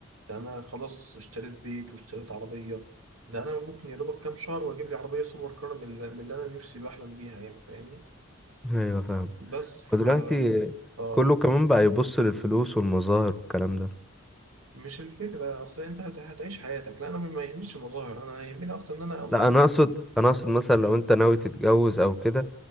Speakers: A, on the right (about 85°); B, in the centre.
A: ده أنا خلاص اشتريت بيت واشتريت عربية ده أنا ممكن يا دوبك كام شهر وأجيب لي عربية سوبر كار من اللي من اللي أنا نفسي بحلم بيها يعني فاهمني
B: أيوة فاهم
A: بس ف
B: ودلوقتي
A: ف-
B: كله كمان بقى يبص للفلوس والمظاهر والكلام ده
A: مش الفكرة أصل أنت هت- هتعيش حياتك لا أنا ما يهمنيش المظاهر أنا يهمني أكتر إن أنا أنبسط
B: لا انا اقصد انا اقصد مثلا لو انت ناوي تتجوز او كده